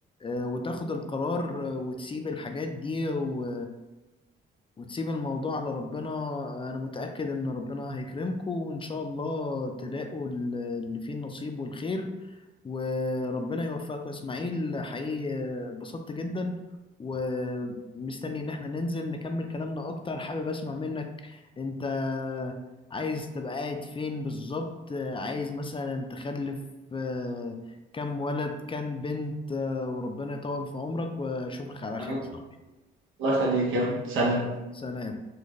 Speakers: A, on the left; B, on the right.
A: آه، وتاخد القرار آه، وتسيب الحاجات دي و- وتسيب الموضوع على ربنا أنا متأكد إن ربنا هيكرمكم وإن شاء الله تلاقوا ال- اللي فيه النصيب والخير وربنا يوفقك يا اسماعيل حقيقي آه، اتبسطت جدا ومستني ان احنا ننزل نكمل كلامنا اكتر حابب اسمع منك انت عايز تبقى قاعد فين بالظبط عايز مثلا تخلف آه، كام ولد كام بنت آه، وربنا يطول في عمرك واشوفك على
B: تمام.
A: خير يا صاحبي
B: الله يخليك يلا سلام
A: سلام